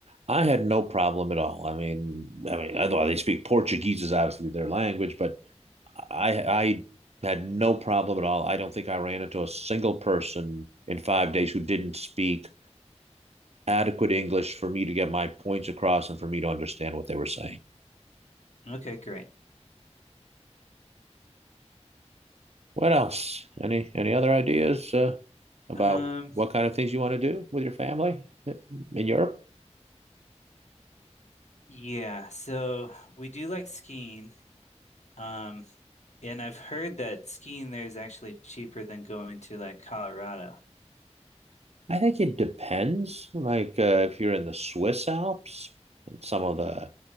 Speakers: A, on the right; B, on the left.
A: I had no problem at all. I mean, I mean, I know they speak Portuguese is obviously their language, but I I had no problem at all. I don't think I ran into a single person in five days who didn't speak adequate English for me to get my points across and for me to understand what they were saying.
B: Okay, great.
A: What else? Any any other ideas uh, about
B: Um,
A: what kind of things you want to do with your family in Europe?
B: yeah, so we do like skiing. Um, and I've heard that skiing there is actually cheaper than going to like Colorado.
A: I think it depends. Like uh, if you're in the Swiss Alps, some of the